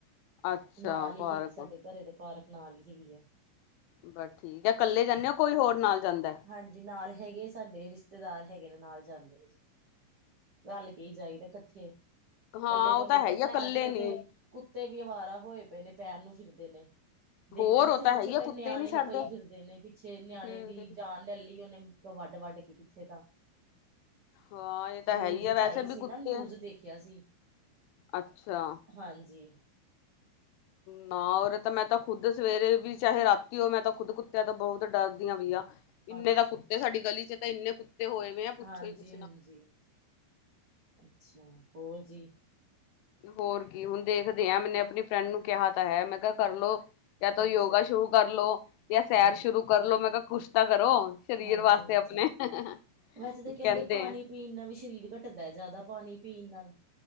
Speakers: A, on the left; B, on the right.
A: ਅੱਛਾ
B: ਨਾਲ ਹੀ
A: ਪਾਰਕ
B: ਹੈਗੀ ਸਾਡੇ। ਘਰੇ ਦੇ ਪਾਰਕ ਨਾਲ ਹੀ ਹੈਗੀ ਹੈ।
A: ਬਸ ਠੀਕ ਹੈ, ਕੱਲੇ ਜਾਂਦੇ ਹੋ ਕੋਈ ਹੋਰ ਨਾਲ ਜਾਂਦਾ।
B: ਹਾਂਜੀ ਨਾਲ ਹੈਗੇ ਸਾਡੇ ਰਿਸ਼ਤੇਦਾਰ ਹੈਗੇ ਨੇ ਨਾਲ ਜਾਂਦੇ ਨੇ ਜੀ। ਰਲ ਕੇ ਜਾਈਦਾ ਕੱਠੇ
A: ਹਾਂ
B: ਕੱਲੇ ਤੁਹਾਨੂੰ
A: ਉਹ ਤਾਂ
B: ਪਤਾ
A: ਹੈ ਹੀ ਆ ਕੱਲੇ
B: ਅੱਜ ਕੱਲ
A: ਨੀ
B: ਤੇ ਕੁੱਤੇ ਵੀ ਅਵਾਰਾ ਹੋਏ ਪਏ ਨੇ ਪੈਣ ਨੂੰ ਫਿਰਦੇ ਨੇ। ਦੇਖਦੇ
A: ਹੋਰ
B: ਨੀ
A: ਉਹ
B: ਛੋਟੇ-ਛੋਟੇ
A: ਤਾਂ ਹੈ ਹੀ ਆ ਕੁੱਤੇ
B: ਨਿਆਣੇ
A: ਨੀ ਛੱਡਦੇ
B: ਨੂੰ ਪਈ ਫਿਰਦੇ ਨੇ ਪਿੱਛੇ ਨਿਆਣੇ
A: ਹੂੰ।
B: ਦੀ ਖਲ ਲੈ ਲੀ ਉਹਨੇ ਵੱਡ-ਵੱਢ ਕੇ ਪਿੱਛੇ ਤਾਂ।
A: ਹਾਂ ਇਹ ਤਾਂ
B: ਨਿਊਜ਼
A: ਹੈ ਹੀ ਆ ਵੈਸੇ
B: ਚ ਆਈ
A: ਵੀ
B: ਸੀ
A: ਕੁੱਤੇ
B: ਨਾ ਨਿਊਜ਼ ਦੇਖਿਆ ਸੀ।
A: ਅੱਛਾ
B: ਹਾਂਜੀ
A: ਨਾ ਉਰੇ ਤਾਂ ਮੈਂ ਤਾਂ ਖੁੱਦ ਸਵੇਰੇ ਵੀ ਚਾਹੇ ਰਾਤੀ ਹੋ ਮੈਂ ਤਾਂ ਖੁੱਦ ਕੁੱਤਿਆਂ ਤਾਂ ਬਹੁਤ ਡਰਦੀ ਆ ਭਈਆ। ਇੰਨੇ
B: ਅੱਛਾ
A: ਤਾਂ ਕੁੱਤੇ ਸਾਡੀ ਗਲੀ ਚ ਤੇ ਇੰਨੇ ਕੁੱਤੇ ਹੋਏ ਵੇ ਆ ਪੁੱਛੋ
B: ਹਾਂਜੀ-ਹਾਂਜੀ
A: ਹੀ ਕੁਛ ਨਾ।
B: ਅੱਛਾ ਹੋਰ ਜੀ?
A: ਹੋਰ ਕੀ ਹੁਣ ਦੇਖਦੇ ਆ ਮੈਨੇ ਆਪਣੀ ਫਰੈਂਡ ਨੂੰ ਕਿਹਾ ਤਾਂ ਹੈ ਮੈਂ ਕਿਹਾ ਕਰਲੋ ਯਾ ਤਾ
B: ਅੱਛਾ
A: ਯੋਗਾ
B: ਜੀ,
A: ਸ਼ੁਰੂ ਕਰਲੋ ਯਾ ਸੈਰ
B: ਹਾਂਜੀ,
A: ਸ਼ੁਰੂ ਕਰਲ ਲੋ ਮੈਂ ਕਿਹਾ ਕੁਛ ਤਾਂ ਕਰੋ। ਸਰੀਰ
B: ਹਾਂਜੀ,
A: ਵਾਸਤੇ
B: ਹਾਂਜੀ।
A: ਆਪਣੇ ਕਹਿੰਦੇ
B: ਵੈਸੇ ਤਾਂ ਪਾਣੀ
A: ਆ।
B: ਪੀਣ ਨਾਲ ਵੀ ਸਰੀਰ ਘੱਟਦਾ ਜਾਦਾ ਪਾਣੀ ਪੀਣ ਨਾਲ